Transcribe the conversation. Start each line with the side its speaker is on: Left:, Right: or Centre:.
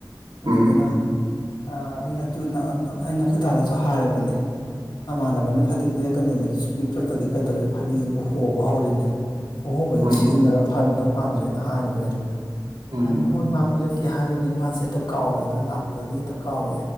Left: ꯑꯗꯨꯗꯨꯅ
Right: ꯎꯝ
Left: ꯑꯥ ꯑꯩ ꯑꯗꯨ ꯑꯩꯅ ꯈꯣꯏꯗꯥꯗꯁꯨ ꯍꯥꯏꯔꯕꯅꯦ ꯃꯃꯥꯟꯅꯕꯅ ꯐꯗꯤ ꯄꯤꯔꯛꯀꯅꯤꯗꫭ ꯁꯨꯡꯄꯤ ꯄꯤꯔꯛꯇ꯭ꯔꯗꯤ ꯀꯩꯗꯧꯔꯦ ꯐꯗꯤꯁꯤꯕꯨ ꯍꯣꯕ ꯍꯧꯔꯤꯅꯦ ꯑꯍꯣꯕꯗꯨ
Right: ꯎꯝ
Left: ꯁꯤꯖꯤꯟꯅꯔ ꯐꯔꯝꯗꯧ ꯃꯥꯟꯗ꯭ꯔꯦꯅ ꯍꯥꯏꯔꯕꯅꯦꯕ
Right: ꯎꯝ
Left: ꯑꯩꯅ ꯍꯣꯏ ꯃꯥ ꯄꯤꯔꯛꯀꯦ ꯍꯥꯏꯕꯅꯤ ꯃꯥꯁꯦ ꯍꯦꯛꯇ ꯀꯥꯎꯋꯦꯅ ꯂꯥꯛꯄꯗꯗꯤ ꯍꯦꯛꯇ ꯀꯥꯎꯏ